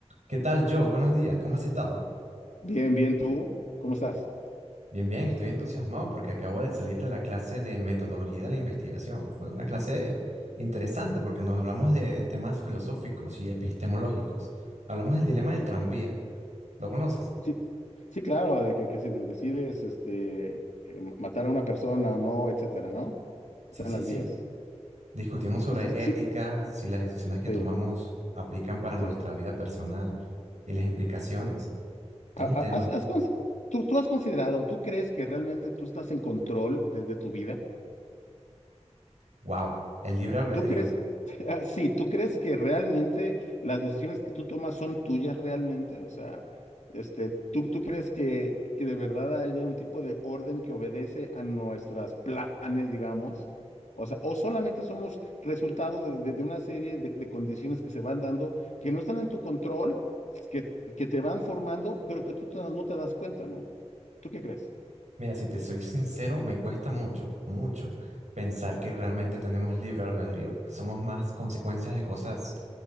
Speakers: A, on the right (about 80°); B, on the left (about 85°).
A: ¿Qué tal, Joe? Buenos días. ¿Cómo has estado?
B: Bien, bien, tú, ¿cómo estás?
A: Bien, bien. Estoy entusiasmado porque acabo de salir de la clase de metodología de la investigación. Fue una clase interesante porque nos hablamos de temas filosóficos y epistemológicos. Hablamos del dilema del tranvía. ¿Lo conoces?
B: Sí, sí, claro, de que, que si de- decides este, eh, matar a una persona o no, etcétera, ¿no? Están
A: Sí, sí,
B: las
A: sí.
B: vías.
A: Discutimos sobre
B: Es- es- Sí,
A: ética, si las decisiones que
B: sí,
A: tomamos aplican para nuestra
B: sí.
A: vida personal y las implicaciones. Todo
B: Ha-
A: un
B: ha-
A: tema.
B: has- has cons- ¿Tú, tú has considerado, tú crees que realmente tú estás en control de, de tu vida?
A: ¡Wow! El libre albedrío.
B: ¿Tú crees, <laughs> ah, sí, tú crees que realmente las decisiones que tú tomas son tuyas realmente? O sea, este, ¿tú, tú crees que, que de verdad haya un tipo de orden que obedece a nuestros planes, digamos? O sea, o solamente somos resultados de, de- de una serie de, de condiciones que se van dando, que no están en tu control, que, que te van formando, pero que tú te- no te das cuenta, ¿no? ¿Tú qué crees?
A: Mira, si te soy sincero, me cuesta mucho, mucho pensar que realmente tenemos libre albedrío, que somos más consecuencias de cosas,